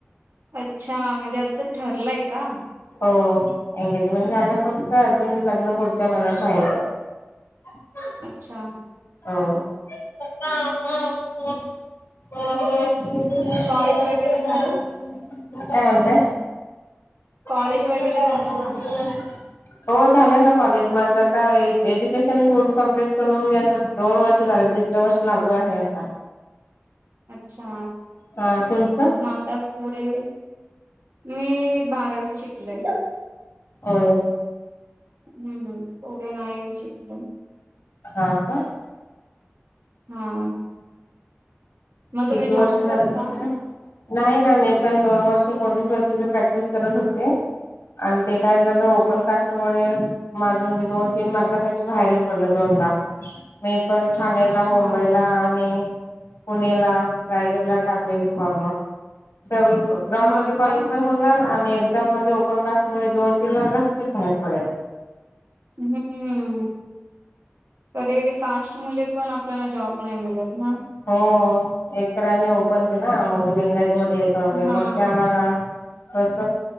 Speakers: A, on the right; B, on the left.
A: अच्छा म्हणजे आत ठरलय का?
B: हो एंगेजमेंट झालय फक्त अजून लग्न पुढच्या महिन्यात व्हायचं. <unintelligible>
A: अच्छा
B: हो. <inaudible> <inaudible>
A: मग कॉलेज वगैरे झालं?
B: काय म्हणताय
A: कॉलेज
B: <unintelligible>
A: वगैरे झालं का?
B: हो झालंय ना कॉलेज माझं आता ए एज्युकेशन पूर्ण कम्प्लीट करून मी आता दोन वर्ष झालं तिसरं वर्ष लागू आहे आता.
A: अच्छा,
B: हा तुमचं?
A: म आता पुढे मी बारावीच शिकले.
B: होय
A: हम्म पुढे नाही शिकले.
B: हा का
A: हा मग
B: किती
A: तुम्ही जॉब
B: वर्ष झालं
A: करता?
B: त्यांचं नाही ना मी पण दोन वर्ष पोलीस भरतीच प्रॅक्टिस करत होते आणि ते काय झालं
A: अच्छा
B: ओपन कास्ट स्ट मुळे माझ म्हणजे दोन तीन मार्कासाठी बाहेरच पडलं दोनदा मी पण ठाणेला
A: अच्छा
B: मुंबईला आणि पुणे ला रायगड ला टाकलेली फॉर्म सगळी ग्राउंड
A: हा
B: मध्ये क्वालिफय
A: काय?
B: होणार आणि एक्झाम मध्ये ओपन कास्टमुळे दोन तीन मार्क साठी च बाहेर पडयच.
A: हूं कधी कधी कास्ट मुले पण आपल्याला जॉब नाही मिलत ना-
B: हो एकतर आम्ही ओपनचे ना मग लिंगायत मध्ये येतो आम्ही
A: हा
B: मग ते आम्हाला कस